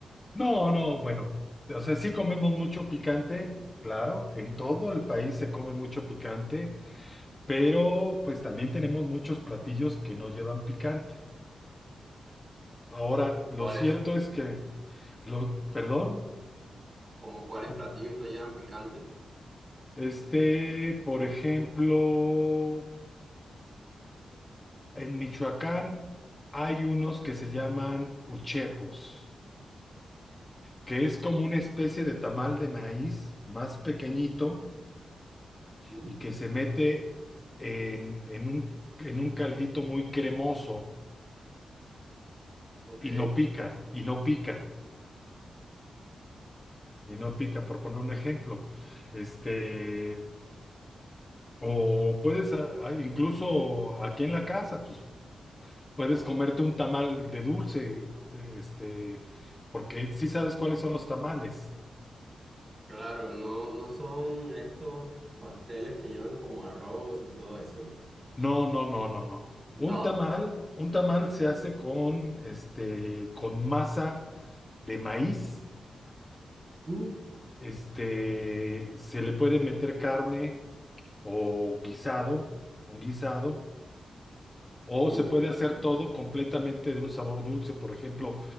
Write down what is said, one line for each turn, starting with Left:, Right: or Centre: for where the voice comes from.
Left: No, no, bueno, o sea, sí comemos mucho picante, claro, en todo el país se come mucho picante, pero pues también tenemos muchos platillos que no llevan picante. Ahora, lo
Right: ¿Cuáles?
Left: cierto es que, lo, perdón,
Right: Como cuáles
Left: ¿cómo?
Right: platillos no llevan picante.
Left: este, por ejemplo, en Michoacán hay unos que se llaman uchepos, que es como una especie de tamal de maíz más pequeñito
Right: Mm.
Left: y que se mete en, en un, en un caldito muy cremoso
Right: Ok.
Left: y no pica, y no pica, y no pica, por poner un ejemplo. Este, o puedes, a- a- incluso aquí en la casa, pues puedes comerte un tamal de dulce, este, porque sí sabes cuáles son los tamales.
Right: Claro, no, no son estos pasteles que llevan como arroz y todo eso.
Left: No, no, no, no, no.
Right: No.
Left: Un tamal, un tamal se hace con, este, con masa de maíz
Right: Mm,
Left: Este, se le puede meter carne o guisado, un guisado, o
Right: Uh,
Left: se puede hacer todo completamente de un sabor dulce. Por ejemplo,